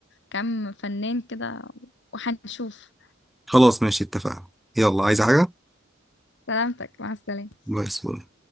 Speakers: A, on the left (about 60°); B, in the centre.
A: كم فنان كده وهنشوف
B: خلاص ماشي اتفقنا يلا عايز حاجة
A: سلامتك مع السلامة
B: باي باي.